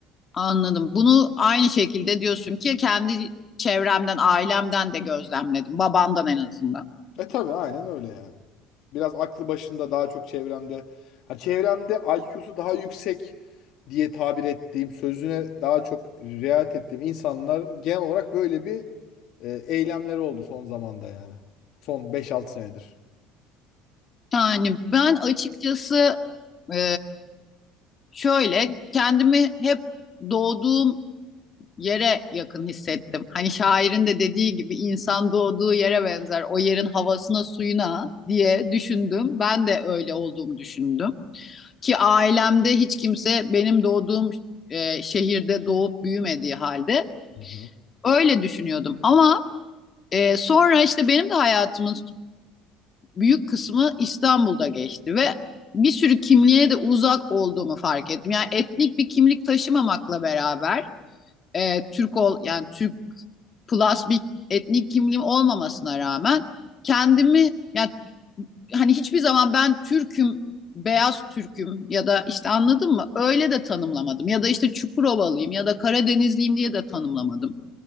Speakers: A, on the left; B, on the left.
A: Anladım. Bunu aynı şekilde diyorsun ki kendi çevremden, ailemden de gözlemledim. Babamdan en azından.
B: E tabii aynen öyle yani. Biraz aklı başında daha çok çevremde. Ha, çevremde IQ'su daha yüksek diye tabir ettiğim, sözüne daha çok riayet ettiğim insanların genel olarak böyle bir e, eylemleri oldu son zamanda yani. Son beş altı senedir.
A: Yani ben açıkçası e, şöyle kendimi hep doğduğum yere yakın hissettim. Hani şairin de dediği gibi insan doğduğu yere benzer. O yerin havasına, suyuna diye düşündüm. Ben de öyle olduğumu düşündüm. Ki ailemde hiç kimse benim doğduğum e, şehirde doğup büyümediği halde
B: Hı hı.
A: öyle düşünüyordum. Ama e, sonra işte benim de hayatımın büyük kısmı İstanbul'da geçti ve bir sürü kimliğe de uzak olduğumu fark ettim. Yani etnik bir kimlik taşımamakla beraber e, Türk ol yani Türk plus bir etnik kimliğim olmamasına rağmen kendimi yani hani hiçbir zaman ben Türk'üm, beyaz Türk'üm ya da işte anladın mı? Öyle de tanımlamadım. Ya da işte Çukurovalıyım ya da Karadenizliyim diye de tanımlamadım.